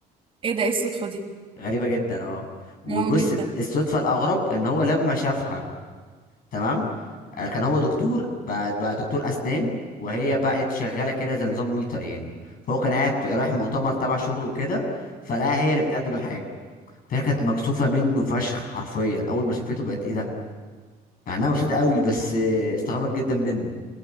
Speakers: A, on the right; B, on the left.
A: ايه ده ايه الصدفة دي
B: غريبة جدا اه وبص
A: اه جدا
B: الصدفة الأغرب إن هو لما شافها تمام آه، كان هو دكتور بقى, بقى دكتور أسنان وهي بقت شغالة كده زي نظام ويتر يعني فهو كان قاعد رايح مؤتمر تبع شغله وكده فلاقيها هي اللي بتقدم الحاجة فهي كانت مكسوفة منه فشخ حرفيا أول ما شافته بقت إيه ده مع إنها مبسوطة قوي بس آه، استغربت جدا منه